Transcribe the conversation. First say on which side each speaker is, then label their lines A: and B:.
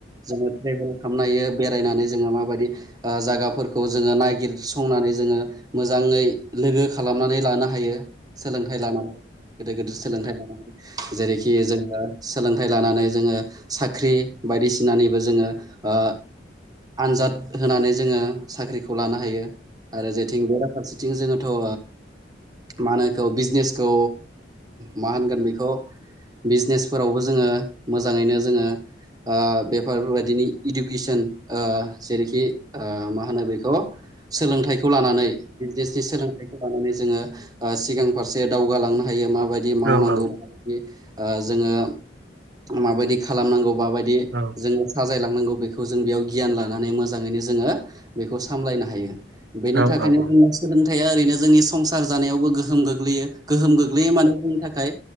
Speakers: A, on the right; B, on the right.
A: जोङो ट्रेभेल खालामनो हायो बेरायनानै जोङो माबायदि ओ जायगाफोरखौ जोङो नायागिरसंनानै जोङो मोजाङै लोगो खालामनानै लानो हायो सोलोंथाइ लानानै गिदिर गिदिर सोलोंथाइ लानानै जेरैखि जोङो सोलोंथाइ लानानै जोङो साख्रि बायदिसिनानिबो जोङो ओ आनजाद होनानै जोङो साख्रिखौ लानो हायो आरो जेथिं बेराफारसेथिं जोङोथ' ओ मा होनोखौ बिजनेसखौ मा होनगोन बेखौ बिजनेसफोरावबो जोङो मोजाङैनो जोङो ओ बेफोरबायदिनि इडुकेसन ओ जेरैखि ओ मा होनो बेखौ सोलोंथाइखौ लानानै बिजनेसनि सोलोंथाइखौ लानानै जोङो ओ सिगां फारसे दावगालांनो हायो माबायदि मावनांगौ
B: औ औ
A: माबायदि ओ जोङो माबायदि खालामनांगौ माबायदि
B: औ
A: जोङो सा जायलांनांगौ बेखौ जों बेयाव गियान लानानै मोजाङैनो जोङो बेखौ सामलायनो हायो
B: औ
A: बेनि थाखायनो
B: औ औ
A: जोंनि सोलोंथाइया ओरैनो जोंनि संसार जानायावबो गोहोम गोग्लैयो गोहोम गोग्लैयो मानो जोंनि थाखाय